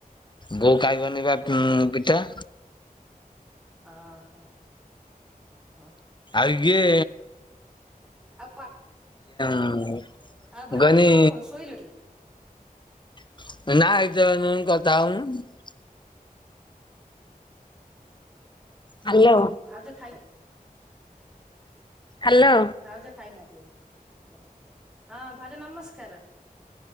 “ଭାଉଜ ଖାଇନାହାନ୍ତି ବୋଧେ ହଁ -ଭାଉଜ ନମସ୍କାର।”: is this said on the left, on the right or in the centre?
Centre